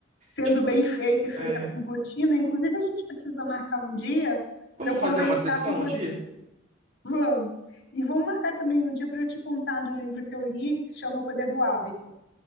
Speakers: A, on the left; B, on the right.
A: Sendo
B: tipo.
A: bem feita e feita
B: É.
A: com rotina, inclusive a gente precisa marcar um dia
B: Vamos
A: para eu conversar
B: fazer uma sessão
A: com você.
B: um dia?
A: Vamos. E vamos marcar também um dia para eu te contar de um livro que eu li que chama O Poder do Hábito.